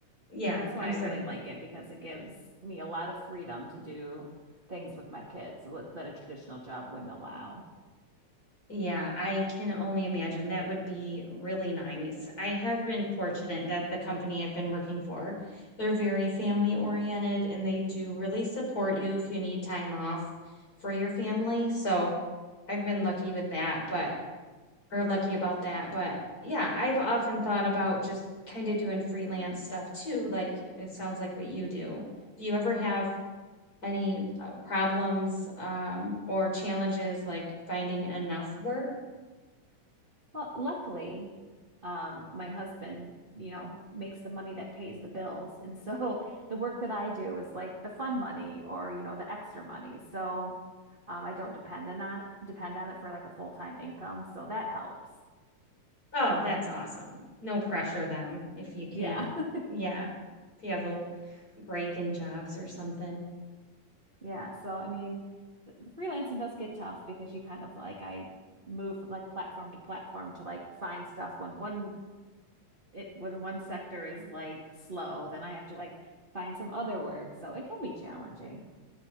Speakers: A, on the left; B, on the right.
A: Yeah,
B: That's why
A: I'm
B: I
A: sorry.
B: really like it because it gives me a lot of freedom to do things with my kids that that a traditional job wouldn't allow.
A: Yeah, I can only imagine. That would be really nice. I have been fortunate that the company I've been working for, they're very family oriented and they do really support you if you need time off for your family. So I've been lucky with that, but or lucky about that. But yeah, I've often thought about just kind of doing freelance stuff too. Like it sounds like what you do. Do you ever have any uh, problems um, or challenges like finding enough work?
B: Well, luckily, um, my husband, you know, makes the money that pays the bills. And so <laughs> the work that I do is like the fun money or, you know, the extra money. So um, I don't depend on depend on it for like a full-time income. So that helps.
A: Oh, that's awesome. No pressure then if you can't.
B: Yeah. <laughs>
A: Yeah. If you have a break in jobs or something.
B: Yeah, so I mean, th- freelancing does get tough because you kind of like I move from like platform to platform to like find stuff when one it when one sector is like slow, then I have to like find some other work. So it can be challenging.